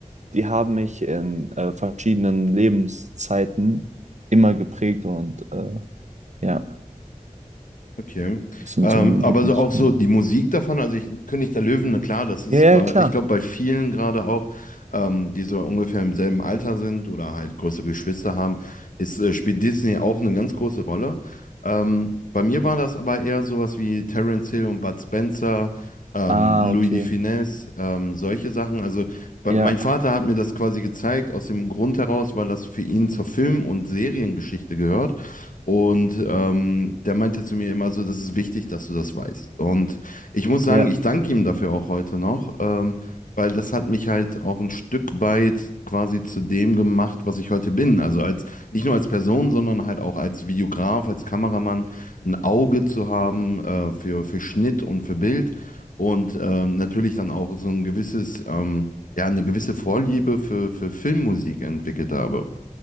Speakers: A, on the right; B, on the left.
A: die haben mich in äh, verschiedenen Lebenszeiten immer geprägt und äh, ja,
B: Okay.
A: das sind
B: Ähm,
A: so meine Lieblingsfilme.
B: aber so auch so die Musik davon, also ich, König der Löwen, na klar, das ist
A: Ja, ja,
B: bei,
A: klar.
B: ich glaube, bei vielen gerade auch, ähm, die so ungefähr im selben Alter sind oder halt größere Geschwister haben, ist, äh, spielt Disney auch eine ganz große Rolle. Ähm, bei mir war das aber eher sowas wie Terence Hill und Bud Spencer, ähm,
A: Ah,
B: Louis
A: okay.
B: de Funès, ähm, solche Sachen. Also bei,
A: Ja,
B: mein Vater hat mir das quasi gezeigt, aus dem Grund heraus, weil das für ihn zur Film- und Seriengeschichte gehört. Und ähm, der meinte zu mir immer so, das ist wichtig, dass du das weißt. Und ich muss sagen,
A: ja,
B: ich danke ihm dafür auch heute noch, ähm, weil das hat mich halt auch ein Stück weit quasi zu dem gemacht, was ich heute bin. Also als nicht nur als Person, sondern halt auch als Videograf, als Kameramann, ein Auge zu haben äh, für, für Schnitt und für Bild und ähm, natürlich dann auch so ein gewisses, ähm, ja, eine gewisse Vorliebe für, für Filmmusik entwickelt habe.